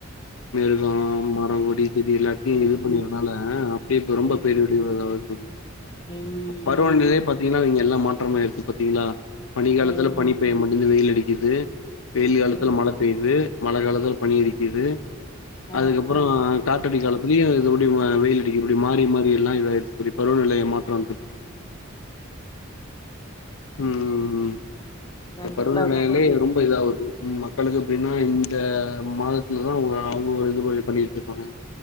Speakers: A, on the left (about 90°); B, on the left (about 20°).
A: மேழுகா மரங்கொடி திரி இல்லாட்டி <unintelligible>
B: ம்
A: என்னால அப்பிடி இப்ப ரொம்ப
B: ம்
A: ரொம்ப பேர் <unintelligible>
B: ம்
A: பருவீங்டேலே பத்திங்கன்னா எல்லா மா உட்டரமாிடிச்சி பாத்தீங்களா பனி காலத்துல
B: ம்
A: பனி பெய் முடிச்சி வெயில் அடிக்குது வெயில் காலத்தில
B: ம்
A: மழை பெய்யுது மழ காலத்தில்ல பணியடிக்குது அதுக்கப்புறோ
B: ஆமா
A: <unintelligible> அப்பிடி மா வெயில் அடிக்கி இப்பிடி மாரி மாரி எல்லா இவ இப்பிடி பருவநிலை மாற்றம் ரந்திச்சி ம் ம் ம்
B: கண்டிப்பாதா
A: இப்பருவ நிலையிலே ரொம்ப புரிலாவது ம் மக்களுக்கு இப்பின்னா இந்த மாதத்துலதா அவுங்க அவுங்க ஒரு இது மாரி பண்ணிட்டுருப்பாங்க